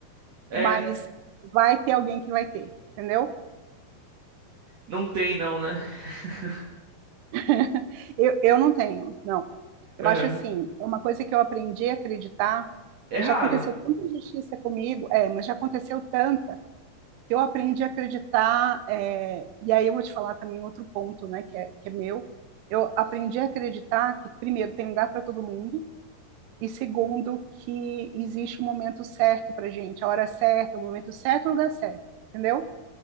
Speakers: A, on the right; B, on the right.
A: É,
B: mas vai ter alguém que vai ter, entendeu?
A: não tem não, né? <laughs>
B: <laughs> Eu, eu não tenho, não. Eu
A: Aham.
B: acho assim, é uma coisa que eu aprendi a acreditar.
A: É raro.
B: Já aconteceu tanta injustiça comigo, é, mas já aconteceu tanta que eu aprendi a acreditar. é, e aí eu vou te falar também outro ponto, né, que é, que é meu. Eu aprendi a acreditar que, primeiro, tem lugar para todo mundo, e segundo, que existe um momento certo para gente, a hora certa, o momento certo, o lugar certo, entendeu?